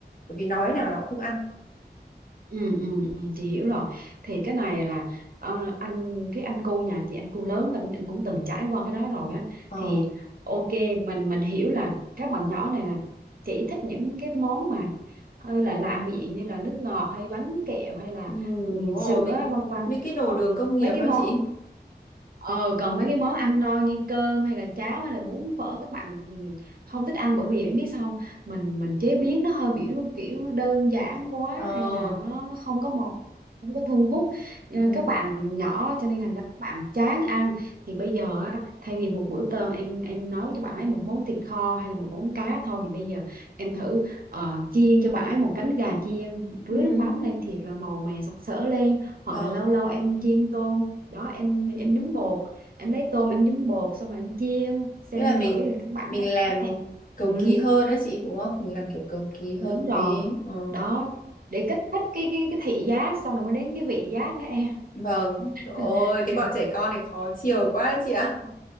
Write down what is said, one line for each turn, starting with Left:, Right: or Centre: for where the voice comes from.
Left: Bởi vì nói nào nó cũng không ăn.
Right: ừ, ừ, ừ, chị hiểu rồi thì cái này là ờ, anh cái anh cu nhà chị anh cu lớn anh, anh cũng từng trải qua cái đó rồi á
Left: Ờ,
Right: thì ok mình mình hiểu là các bạn nhỏ này là chỉ thích những cái món mà hơi là lạ miệng như là nước ngọt hay bánh kẹo hay là
Left: ừ, đúng
Right: ừ,
Left: rồi,
Right: sữa
Left: mấy,
Right: vân vân
Left: mấy cái đồ
Right: Còn
Left: đường công nghiệp
Right: mấy
Left: đó
Right: cái món
Left: chị.
Right: Ờ, còn mấy cái món ăn no như cơm hay là cháo hay là bún phở các bạn ừ, không thích ăn bởi vì em biết sao không? mình mình chế biến nó hơi kiểu kiểu đơn giản quá
Left: Ờ,
Right: hay là nó không có màu không có thu hút ờ,
Left: ờ,
Right: các bạn nhỏ cho nên thành ra các bạn chán ăn thì bây giờ á, thay vì một bữa cơm em em nấu cho bạn ấy một món thịt kho hay là một món cá thôi thì bây giờ em thử ờ, chiên cho bạn ấy một cánh gà chiên
Left: ừ,
Right: rưới nước mắm lên thiệt là màu mè sặc sỡ lên hoặc
Left: vâng.
Right: là lâu lâu em chiên tôm đó em em nhúng bột em lấy tôm em nhúng bột xong rồi em chiên xem
Left: Tức là mình
Right: thử thì các bạn
Left: mình
Right: có
Left: làm
Right: có thèm
Left: cầu
Right: ừ.
Left: kỳ hơn đó chị đúng không? Mình làm kiểu cầu kỳ
Right: Ừ,
Left: hơn
Right: đúng rồi
Left: tí. Ờ.
Right: đó để kích thích cái cái cái thị giác xong rồi mới đến cái vị giác nữa em
Left: Vâng. Trời ơi,
Right: <laughs>
Left: cái bọn trẻ con này khó chiều quá chị ạ. <laughs>